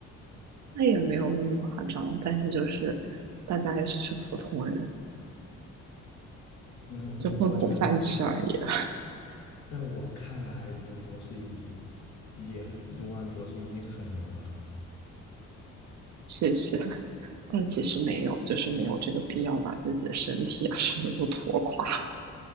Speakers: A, on the right; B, on the left.
A: 那也没有那么夸张，但是就是大家也只是普通人，
B: 那我我觉得读，
A: 就混口饭吃而已，<laughs>
B: 在我看来，读博士已经也读完博士已经很牛了。
A: 谢谢。但其实没有，就是没有这个必要把自己的身体啊什么都拖垮，